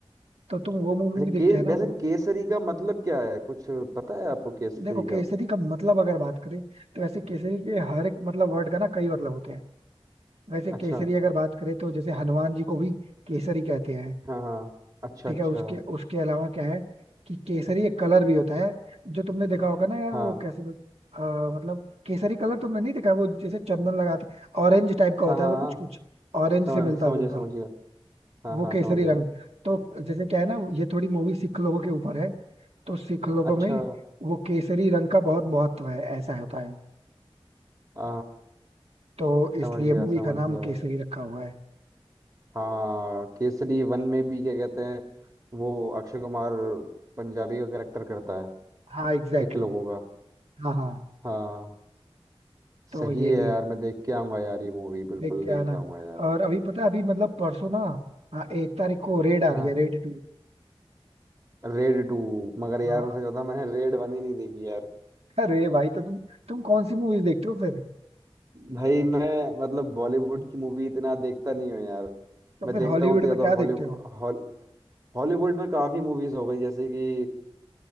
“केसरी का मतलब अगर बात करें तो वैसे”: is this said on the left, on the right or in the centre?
Right